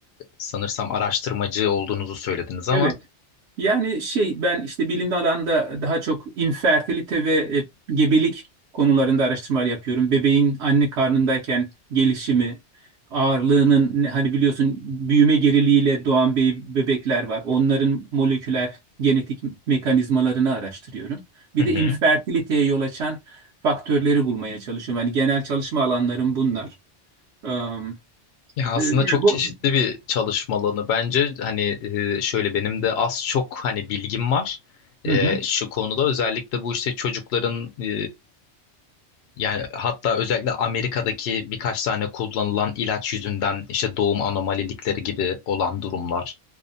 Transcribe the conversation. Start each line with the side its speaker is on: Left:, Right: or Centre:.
Left: sanırsam araştırmacı olduğunuzu söylediniz ama.
Right: Evet. Yani şey ben işte bilimli alanda daha çok infertilite ve e, gebelik konularında araştırmalar yapıyorum. Bebeğin anne karnındayken gelişimi, ağırlığının ne- hani biliyorsun büyüme geriliğiyle doğan be- bebekler var. Onların moleküler genetik mekanizmalarını araştırıyorum. Bir
Left: Hı
Right: de
Left: hı.
Right: infertiliteye yol açan faktörleri bulmaya çalışıyorum. Yani genel çalışma alanlarım bunlar. Am,
Left: Ya aslında
Right: e, yani
Left: çok
Right: bu...
Left: çeşitli bir çalışma alanı bence hani e, şöyle benim de az çok hani bilgim var E,
Right: Hı hı.
Left: şu konuda özellikle bu işte çocukların e, yani hatta özellikle Amerika'daki birkaç tane kullanılan ilaç yüzünden işte doğum anomalilikleri gibi olan durumlar